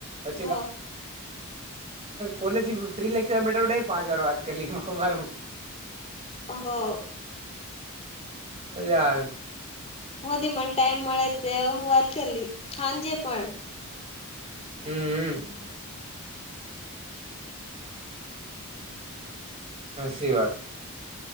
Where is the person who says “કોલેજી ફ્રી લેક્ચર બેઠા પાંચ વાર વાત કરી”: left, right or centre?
Right